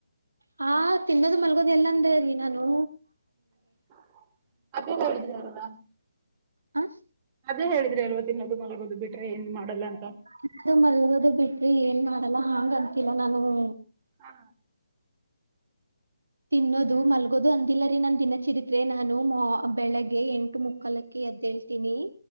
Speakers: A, on the right; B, on the right.
A: ಹಾ ತಿನ್ನೋದು ಮಲ್ಗೋದ್ ಎಲ್ಲಂದೇ ನಿನನು.
B: <inaudible>
A: ಹಾ.
B: ಅದೇ ಹೇಳಿದ್ರಿ ಅಲ್ವ ತಿನ್ನೋದು ಮಲ್ಗೋದು ಬಿಟ್ರೆ ಏನ್ ಮಾಡಲ್ಲ ಅಂತ.
A: ತಿನ್ನೋದು ಮಾಲ್ಗೋದು ಬಿಟ್ರಿ ಏನ್ ಮಾಡಲ್ಲ ಹಾಂಗ ಅಂತಿಲ್ಲ ನಾನು -
B: ಹಾ.
A: ತಿನ್ನೋದು ಮಲ್ಗೋದು ಅಂದಿಲ್ಲ ರೀ ನಾನ್ ದಿನಚಿರಿತ್ರೆ ನಾನು ಮ ಬೆಳಿಗ್ಗೆ ಎಂಟು ಮುಕ್ಕಾಲಕ್ಕೆ ಎದ್ದೇಳ್ತೀನಿ.